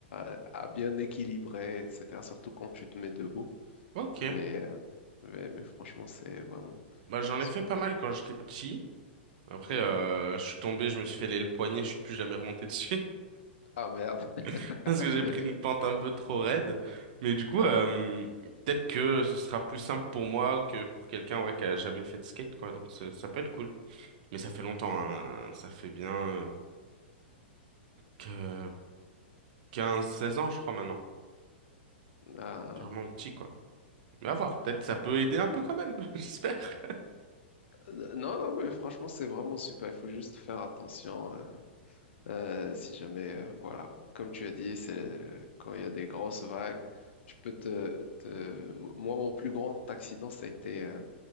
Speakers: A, on the left; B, on the right.
A: à- à bien équilibrer, etc. Surtout quand tu te mets debout.
B: Ok,
A: Mais, euh, mais, mais franchement, c'est vraiment
B: bah j'en
A: super.
B: ai fait pas mal quand j'étais petit. Après,
A: Mhm.
B: euh, je suis tombé, je me suis fait aller le poignet, je suis plus jamais remonté dessus
A: Ah merde. <laughs>
B: <laughs> parce que j'ai pris une pente un peu trop raide. Mais du coup,
A: Ah,
B: euh, peut-être que ce sera plus simple pour moi que pour quelqu'un ouais, qui a jamais fait de skate, quoi. Donc ça ça peut être cool. Mais ça fait longtemps, hein. Ça fait bien euh, que 15-16 ans, je crois, maintenant.
A: ah.
B: C'est vraiment petit, quoi. Mais à voir, peut-être ça peut aider un peu quand même, <laughs> j'espère.
A: Euh, Non, non, mais franchement, c'est vraiment super. Il faut juste faire attention. euh, euh, si jamais, euh, voilà, comme tu as dit, c'est euh, quand il y a des grosses vagues, tu peux te, te- Moi, mon plus grand accident, ça a été euh,